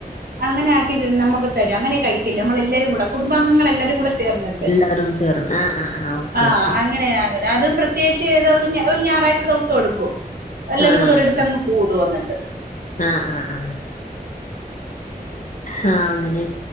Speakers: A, on the right; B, on the left.
A: അങ്ങനെക്കി നമുക്കു തരും അങ്ങനെ കഴിക്കില്ലേ നമ്മള എല്ലാരും കൂ കുടുംബാംഗങ്ങൾ എല്ലാരും കൂടെ ചേർന്നിട്ട്
B: എല്ലാരും ചേർന്ന് ആഹ് ആഹ് ഓക്കെ
A: ആഹ്
B: ഓക്കെ
A: അങ്ങനെയങ്ങനെ അതും പ്രത്യേക ചെയ്ത് ഒരു ഞറാഴ്ച ദിവസം എടുക്കും എല്ലാരും
B: ആഹ്
A: കൂടെ ഒരിടുത്ത് അങ്ങ് കൂടും എന്നിട്ട്
B: ആഹ് ആഹ് അഹ് അങ്ങനെ